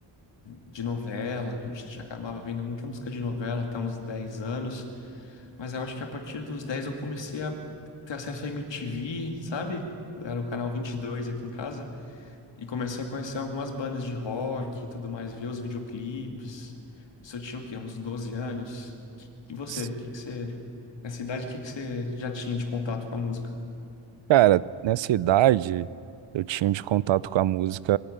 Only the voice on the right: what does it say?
S-
Cara, nessa idade eu tinha de contato com a música,